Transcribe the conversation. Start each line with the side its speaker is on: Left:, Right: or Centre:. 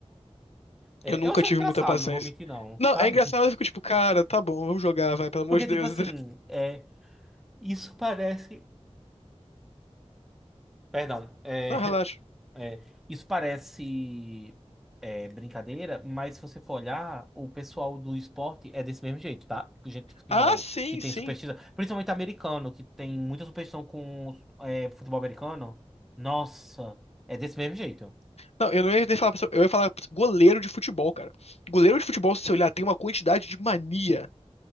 Centre: é,
Left: Eu nunca
Centre: eu achava
Left: tive
Centre: engraçado,
Left: muita paciência.
Centre: não vou mentir não,
Left: Não,
Centre: sabe?
Left: é engraçado, eu
Centre: <laughs>
Left: fico tipo, cara, tá bom, vamos jogar, vai, pelo amor
Centre: Porque,
Left: de Deus.
Centre: tipo assim, é, isso parece... Perdão, é,
Left: <laughs> Não, relaxa.
Centre: É, isso parece é, brincadeira, mas se você for olhar, o pessoal do esporte é desse mesmo jeito, tá? Tipo, Gente de futebol
Left: Ah, sim,
Centre: que tem
Left: sim.
Centre: superstição, principalmente americano, que tem muita superstição com é, futebol americano. Nossa, é desse mesmo jeito.
Left: Não, eu não ia nem falar, pra você- eu ia falar goleiro de futebol, cara. Goleiro de futebol, se você olhar, tem uma quantidade de mania.